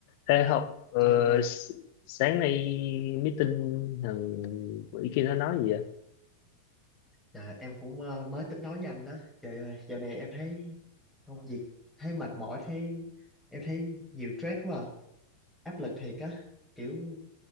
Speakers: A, on the left; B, in the centre.
A: Ê Hậu, ờ,
B: Anh Linh ơi,
A: s- sáng nay meeting thằng quỷ kia nó nói gì vậy?
B: trời, em cũng ờ, mới tính nói với anh đó. Trời ơi, giờ này em thấy công việc thấy mệt mỏi, thấy em thấy nhiều stress quá, à. áp lực thiệt á. Kiểu